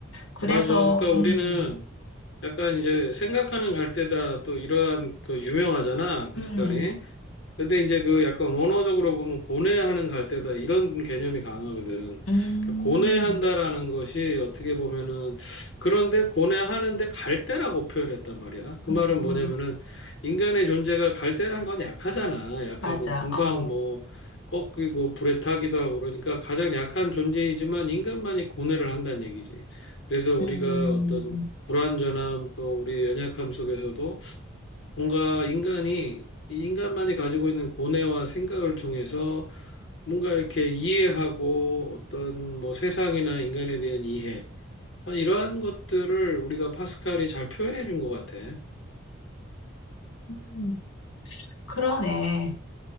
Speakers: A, on the left; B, on the left.
A: 그래서,
B: 맞아. 그러니까 우리는
A: 음,
B: 약간 이제 생각하는 갈대다 또 이러한 그 유명하잖아, 페스칼이.
A: 음,
B: 근데 이제 그 약간 원어적으로 보면 고뇌하는 갈대다 이런 개념이 강하거든.
A: 음,
B: 그러니까 고뇌한다라는 것이 어떻게 보면은 그런데 고뇌하는데 갈대라고 표현했단 말이야. 그
A: 음,
B: 말은 뭐냐면은 인간의 존재가 갈대라는 건 약하잖아. 약하고
A: 맞아,
B: 금방
A: 어,
B: 뭐 꺾이고 불에 타기도 하고 그러니까 가장 약한 존재이지만 인간만이 고뇌를 한다는 얘기지. 그래서 우리가
A: 음,
B: 어떤 불완전함 또 우리의 연약함 속에서도 뭔가 인간이 이 인간만이 가지고 있는 고뇌와 생각을 통해서 뭔가 이렇게 이해하고 어떤 뭐 세상이나 인간에 대한 이해 아, 이러한 것들을 우리가 파스칼이 잘 표현해 준 것 같아.
A: 음, 그러네.